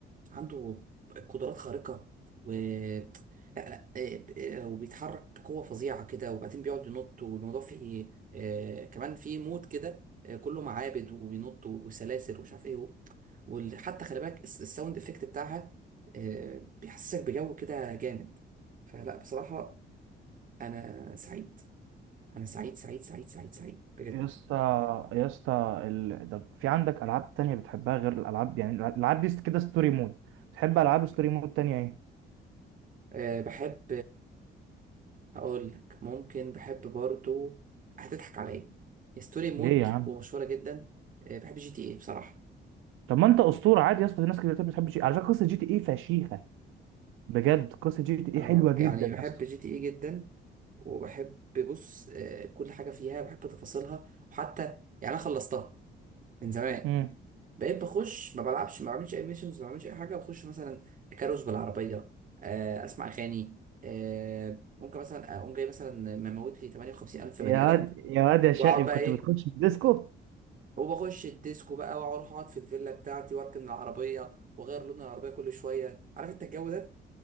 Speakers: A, on the right (about 40°); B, on the right (about 85°).
A: عنده قدرات خارقة و لا لا آه، آه، وبيتحرك بقوة فظيعة كده وبعدين بيقعد ينط والموضوع فيه آه، كمان فيه مود كده آه، كله معابد وبينط وسلاسل ومش عارف ايه وحتى خلي بالك الس- الساوند افكت بتاعها آه، بيحسسك بجو كده جامد فلا بصراحة انا سعيد انا سعيد سعيد سعيد سعيد سعيد بجد
B: يا اسطى يا اسطى ال... طب في عندك ألعاب تانية بتحبها غير الألعاب يعني الألعاب دي كده ستوري مود بتحب ألعاب ستوري مود تانية إيه؟
A: آه، بحب هقول لك ممكن بحب برضو هتضحك عليا ستوري مود
B: ليه يا عم؟
A: ومشهورة جدا آه، بحب جي تي اي بصراحة
B: طب ما أنت أسطورة عادي يا اسطى في ناس كتير ما بتحبش على فكرة قصة جي تي إيه فشيخة بجد قصة جي تي إيه
A: اه
B: حلوة جدا
A: يعني بحب
B: يا اسطى
A: جي تي اي جدا وبحب بص آه، كل حاجة فيها بحب تفاصيلها وحتى يعني انا خلصتها من زمان
B: مم.
A: بقيت بخش ما بلعبش ما بعملش اي ميشنز ما بعملش اي حاجة بخش مثلا كاروس بالعربية آه، اسمع اغاني آه، ممكن مثلا اقوم جاي مثلا مموت لي 58 الف
B: يا
A: بني ادم
B: واد يا واد يا
A: واقعد
B: شقي كنت
A: بقى ايه
B: بتخش في الديسكو
A: وبخش الديسكو بقى واروح اقعد في الفيلا بتاعتي واركن العربيه واغير لون العربيه كل شويه عارف انت الجو ده